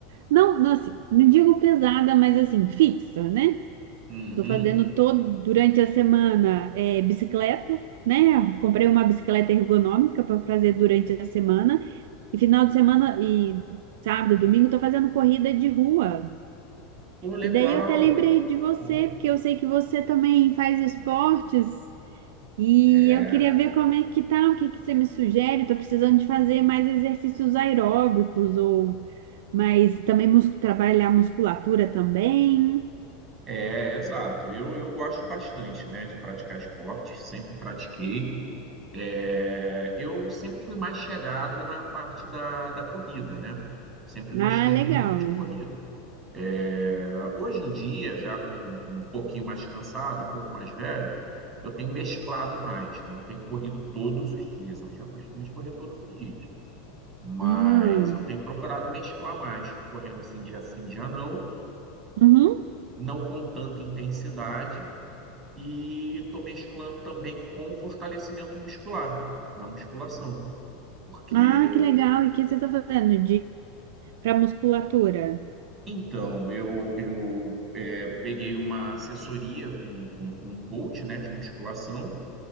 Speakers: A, on the right; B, on the right.
A: Não, não, assim, não digo pesada, mas assim, fixa, né?
B: Uhum.
A: Tô fazendo todo durante a semana é, bicicleta, né? Comprei uma bicicleta ergonômica para fazer durante a semana e final de semana e sábado, domingo tô fazendo corrida de rua.
B: Pô, legal.
A: E daí eu até lembrei de você,
B: Tá bom.
A: porque eu sei que você também faz esportes e
B: É,
A: eu queria ver como é que tá, o que que você me sugere? Tô precisando de fazer mais exercícios aeróbicos ou mais também mus- trabalhar a musculatura também.
B: é, exato. Eu, eu gosto bastante, né, de praticar esportes, sempre pratiquei. É, eu sempre fui mais chegado na parte da, da corrida, né? Sempre gostei
A: Ah, legal.
B: muito de corrida. É, hoje em dia, já com, com um pouquinho mais cansado, um pouco mais velho, eu tenho mesclado mais, não tenho corrido todos os dias. Eu tinha o costume de correr todos os dias, mas
A: Ah.
B: eu tenho procurado mesclar mais, correndo assim dia sim, dia não,
A: Uhum.
B: não com tanta intensidade, e estou mesclando também com fortalecimento muscular na musculação. Porque,
A: Ah, que legal. E o que você está fazendo de para musculatura?
B: então, eu, eu é, peguei uma assessoria com, com, com um coach, né, de musculação.